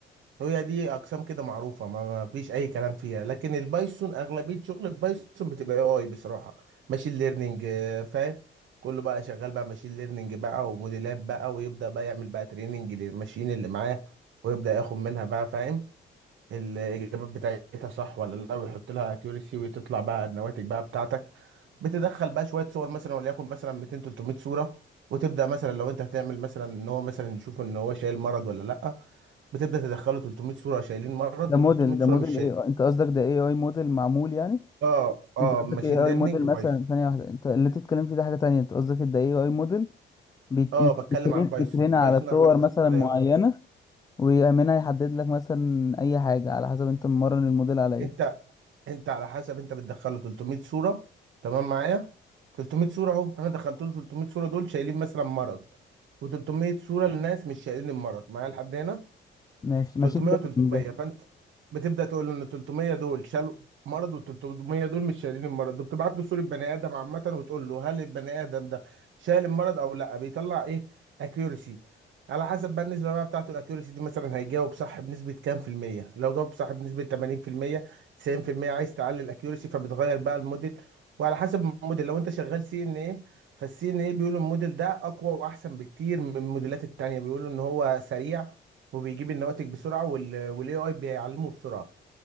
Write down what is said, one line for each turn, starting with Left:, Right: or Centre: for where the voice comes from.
Right: هي دي اقسام كده معروفه ما ما فيش اي كلام فيها لكن البايثون اغلبيه شغل البايثون بتبقى اي اي بصراحه ماشين ليرنينج آه، فاهم كله بقى شغال بقى ماشين ليرنينج بقى وموديلات بقى ويبدا بقى يعمل بقى تريننج للماشين اللي معاه ويبدا ياخد منها بقى فاهم الاجابات بتاعتها صح ولا لا ويحط لها اكيورسي وتطلع بقى النواتج بقى بتاعتك بتدخل بقى شويه صور مثلا وليكن مثلا 200 300 صوره وتبدا مثلا لو انت هتعمل مثلا ان هو مثلا يشوف ان هو شايل مرض ولا لا بتبدا تدخله 300 صوره شايلين مرض
Left: ده موديل
Right: و300
Left: ده
Right: صوره
Left: موديل
Right: مش شايلين
Left: ايه انت قصدك ده اي اي موديل معمول يعني
Right: اه اه
Left: انت قصدك
Right: ماشين
Left: اي
Right: ليرنينج
Left: اي موديل مثلا
Right: بايثون
Left: ثانيه واحده انت اللي انت بتتكلم فيه ده حاجه تانية انت قصدك ده اي اي موديل بيت-
Right: اه بتكلم
Left: بترين
Right: على البايثون
Left: بترين
Right: بايثون
Left: على صور
Right: اغلبيتها
Left: مثلا
Right: شغاله
Left: معينة
Right: ايه
Left: ويأمنها يحدد لك مثلا أي حاجة على حسب أنت مرن الموديل على إيه
Right: انت انت على حسب انت بتدخله 300 صوره تمام معايا 300 صوره اهو انا دخلت له 300 صوره دول شايلين مثلا مرض و300 صوره لناس مش شايلين المرض معايا لحد هنا
Left: ماشي
Right: 300
Left: ماشي ده
Right: و300
Left: من ده
Right: فانت بتبدا تقول له ان 300 دول شالوا مرض وال 300 دول مش شايلين المرض بتبعت له صوره بني ادم عامه وتقول له هل البني ادم ده شايل المرض او لا بيطلع ايه اكيورسي على حسب بقى النسبه بقى بتاعته الاكيورسي دي مثلا هيجاوب صح بنسبه كام في الميه لو جاوب صح بنسبه 80% 90% عايز تعلي الاكيورسي فبتغير بقى الموديل وعلى حسب الموديل لو انت شغال سي ان ايه فالسي ان ايه بيقولوا الموديل ده اقوى واحسن بكتير من الموديلات التانية بيقولوا ان هو سريع وبيجيب النواتج بسرعه والاي اي بيعلمه بسرعه